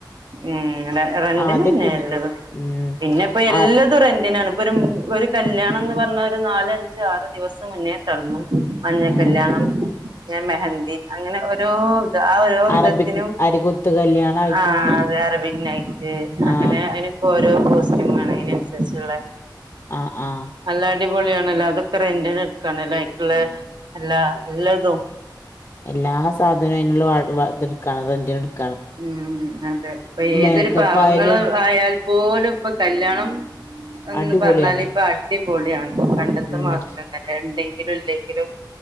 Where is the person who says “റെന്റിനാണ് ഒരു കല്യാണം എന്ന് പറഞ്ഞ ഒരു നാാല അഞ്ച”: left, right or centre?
Right